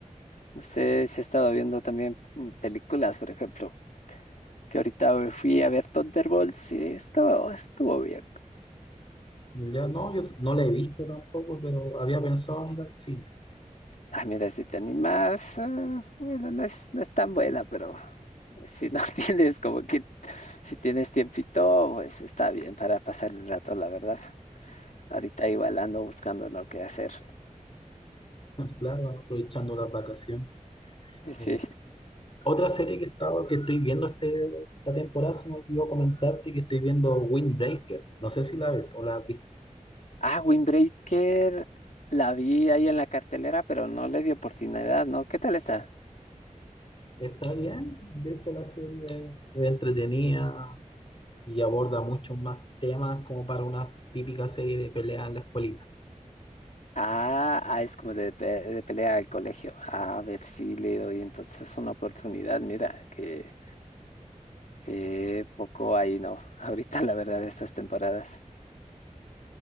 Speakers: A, on the left (about 70°); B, on the left (about 40°).
A: No sé si he estado viendo también mm, películas, por ejemplo, que ahorita fui a ver Thunderbolts y estuvo, estuvo bien.
B: Ya no, yo no la he visto tampoco, pero había pensado en ir al cine,
A: Ah, mira, si te animas, ah, bueno, no es, no es tan buena, pero si no <laughs> tienes como que, si tienes tiempito, pues está bien para pasar el rato, la verdad. Ahorita igual ando buscando no qué hacer.
B: claro, aprovechando las vacaciones.
A: Sí, sí.
B: Eh, otra serie que estaba, que estoy viendo este, esta temporada, se me olvidó comentarte que estoy viendo Windbreaker. No sé si la ves o la has visto.
A: Ah, Windbreaker, la vi ahí en la cartelera, pero no le di oportunidad, ¿no? ¿Qué tal está?
B: Está bien, de hecho la serie es entretenida y aborda muchos más temas como para una típica serie de pelea en la escuelita.
A: Ah, ah, es como de, pe- de pelea al colegio. Ah, A ver si le doy entonces una oportunidad. Mira, que, que poco ahí no. <laughs> Ahorita, la verdad, estas temporadas.